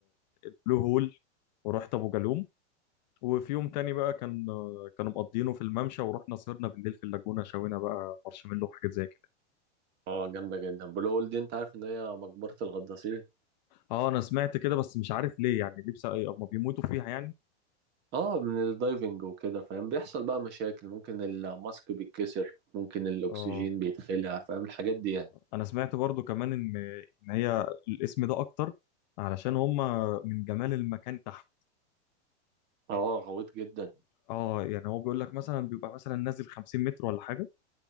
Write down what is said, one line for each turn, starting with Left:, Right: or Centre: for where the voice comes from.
Left: البلو هول ورحت ابو جالوم وفي يوم تاني بقى كان كانوا مقضينه في الممشى ورحنا سهرنا بالليل في اللاجونة شوينا بقى مارشميلو وحاجات زي كده
Right: اه جامده جدا بلو هول دي انت عارف ان هي مقبره الغطاسين
Left: اه انا سمعت كده بس مش عارف ليه يعني ليه بس اما بيموتوا فيها يعني
Right: اه من الدايفنج وكده فاهم بيحصل بقى مشاكل ممكن الماسك بيتكسر ممكن الاكسجين
Left: اه
Right: بيتخلع فاهم الحاجات دي يعني
Left: انا سمعت برضو كمان ان ان هي الاسم ده اكتر علشان هم من جمال المكان تحت
Right: اه غويط جدا
Left: اه يعني هو بيقول لك مثلا بيبقى مثلا نازل 50 متر ولا حاجة